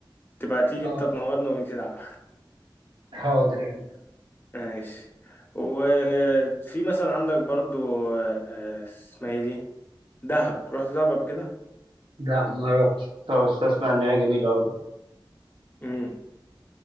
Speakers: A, on the left; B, on the right.
A: تبقى تيجي
B: آه
A: أنت تنورنا ونيجي نلعب
B: حاضر يعني
A: ماشي وفي مثلا عندك برضو آه، آه، اسمها ايه دي دهب رحت دهب قبل كده
B: لا ما رحتش طب بس أسمع إن هي جميلة أوي
A: امم